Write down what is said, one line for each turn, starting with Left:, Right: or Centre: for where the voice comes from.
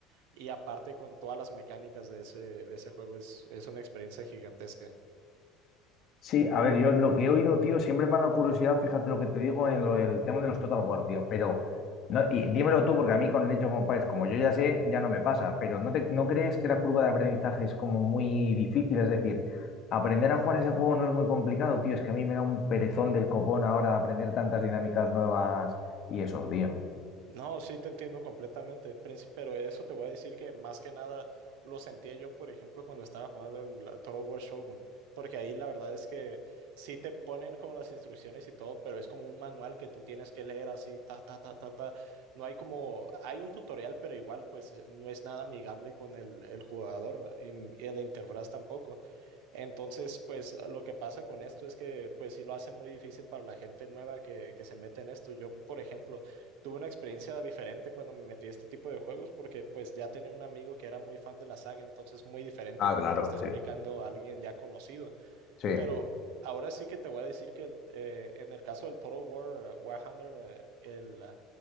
Right: y aparte con todas las mecánicas de ese, de ese juego es, es una experiencia gigantesca.
Left: Sí, a ver, yo lo que he oído, tío, siempre me ha dado curiosidad, fíjate lo que te digo en lo, el tema de los Total War, tío, pero no, y dímelo tú, porque a mí con el Age of Empires, como yo ya sé, ya no me pasa, pero ¿no, te- no crees que la curva de aprendizaje es como muy difícil? Es decir, aprender a jugar ese juego no es muy complicado, tío, es que a mí me da un perezón del copón ahora aprender tantas dinámicas nuevas y eso, tío.
Right: No, sí te entiendo completamente, Prince, pero eso te voy a decir que más que nada lo sentía yo, por ejemplo, cuando estaba jugando el la Total War Shogun, porque ahí la verdad es que sí te ponen como las instrucciones y todo, pero es como un manual que tú tienes que leer así, ta, ta, ta, ta, ta. No hay como, hay un tutorial, pero igual pues no es nada amigable con el, el jugador y, y la interfaz tampoco. Entonces, pues lo que pasa con esto es que pues sí lo hace muy difícil para la gente nueva que, que se mete en esto. Yo, por ejemplo, tuve una experiencia diferente cuando me metí a este tipo de juegos porque pues ya tenía un amigo que era muy fan de la saga, entonces muy diferente
Left: Ah,
Right: cuando
Left: claro,
Right: te está explicando
Left: sí.
Right: a alguien ya conocido.
Left: Sí,
Right: Pero ahora sí que te voy a decir que el- eh, en el caso del Total War, eh, Warhammer, eh, el, eh,